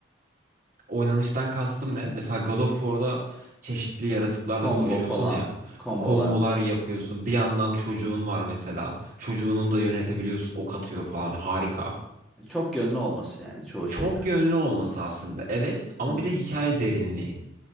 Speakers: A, on the right; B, in the centre.
A: Oynanıştan kastım ne? Mesela God of War'da çeşitli yaratıklarla
B: Combo
A: savaşıyorsun
B: falan.
A: ya.
B: Kombolar.
A: Kombolar yapıyorsun. Bir yandan çocuğun var mesela. Çocuğunun da yönetebiliyorsun. Ok atıyor falan. Harika.
B: Çok yönlü olması yani çoğu şeyde.
A: Çok yönlü olması aslında. Evet ama
B: Hı.
A: bir de hikaye derinliği.